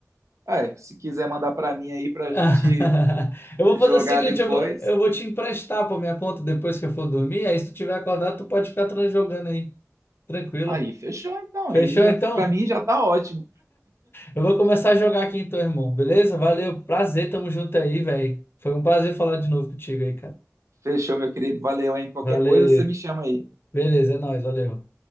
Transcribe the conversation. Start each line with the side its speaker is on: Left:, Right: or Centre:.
Right: Ah, é, se quiser mandar para mim aí pra
Left: <laughs>
Right: gente
Left: Eu vou
Right: jogar
Left: fazer o seguinte,
Right: depois.
Left: eu vou, eu vou te emprestar por minha conta depois que eu for dormir. Aí se tu tiver acordado, tu pode ficar tran- jogando aí, tranquilo.
Right: Aí, fechou. Então,
Left: Fechou
Right: aí já
Left: então?
Right: para mim já tá ótimo.
Left: Eu vou começar a jogar aqui então, irmão. Beleza? Valeu, prazer, tamo junto aí, velho. Foi um prazer falar de novo contigo aí, cara.
Right: Fechou, meu querido. Valeu, hein? Qualquer
Left: Valeu.
Right: coisa você me chama aí.
Left: Beleza, é nóis, valeu.